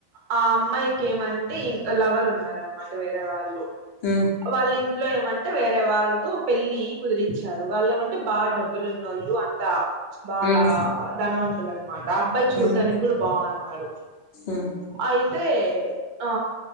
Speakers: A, on the right; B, on the left.
A: ఆ అమ్మాయికి ఏమంటే ఇం లవర్ ఉన్నారు అనమాట వేరే వాళ్ళు
B: ఉ
A: వాళ్ళ ఇంట్లో ఏమంటే వేరే వాళ్ళతో పెళ్ళి కుదిరిచ్చారు వాళ్ళ ఏమంటే బాగా డబ్బు ఉన్నోళ్ళు అంట బాగా
B: ఉమ్
A: ధనవంతుల అనమాట అబ్బాయి చూడడాానికి
B: ఉమ్
A: కూడా బాగు నాడు
B: ఉమ్
A: అయితే ఆ